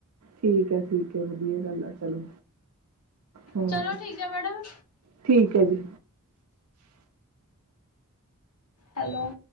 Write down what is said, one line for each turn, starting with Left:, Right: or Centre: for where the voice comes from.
Right: ਠੀਕ ਹੈ, ਠੀਕ ਹੈ ਵਧੀਆ ਗੱਲ ਆ ਚਲੋ ਹਾਂ।
Left: ਚਲੋ ਠੀਕ ਹੈ ਮੈਡਮ
Right: ਠੀਕ ਹੈ ਜੀ।
Left: ਹੈਲੋ